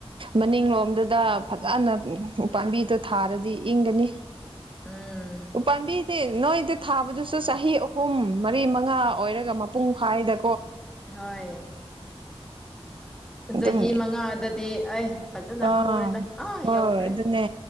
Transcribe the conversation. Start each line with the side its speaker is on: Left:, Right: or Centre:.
Right: ꯃꯅꯤꯡꯂꯣꯝꯗꯨꯗ ꯐꯖꯅ ꯎꯄꯥꯝꯕꯤꯗꯨ ꯊꯥꯔꯗꯤ ꯏꯪꯒꯅꯤ
Centre: ꯎꯝ
Right: ꯎꯄꯥꯝꯕꯤꯗꯤ ꯅꯣꯏꯗ ꯊꯥꯕꯗꯨꯁꯨ ꯆꯍꯤ ꯑꯍꯨꯝ ꯃꯔꯤ ꯃꯥ ꯉꯥ ꯑꯣꯏꯔꯒ ꯃꯄꯨꯡ ꯐꯥꯏꯗ
Centre: ꯍꯣꯏ
Right: ꯑꯗꯨꯝ
Centre: ꯆꯍꯤ ꯃꯉꯥꯗꯗꯤ ꯑꯩ ꯐꯖꯅ
Right: ꯑꯥ
Centre: ꯍꯧꯔꯦꯗ ꯑꯥ
Right: ꯍꯣꯏ
Centre: ꯌꯧꯈ꯭ꯔꯦ
Right: ꯑꯗꯨꯅꯦ